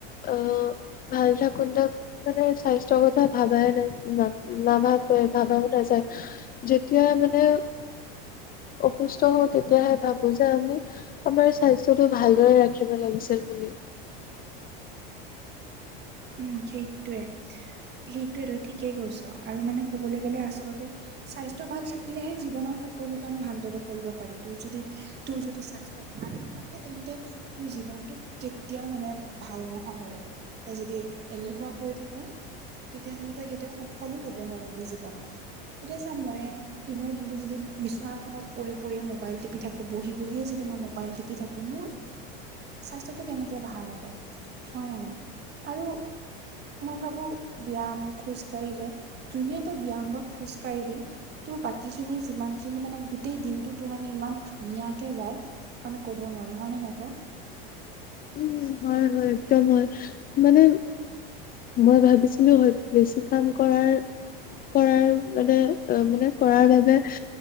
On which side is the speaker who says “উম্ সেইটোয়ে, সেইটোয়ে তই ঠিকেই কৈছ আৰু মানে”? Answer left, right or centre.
Right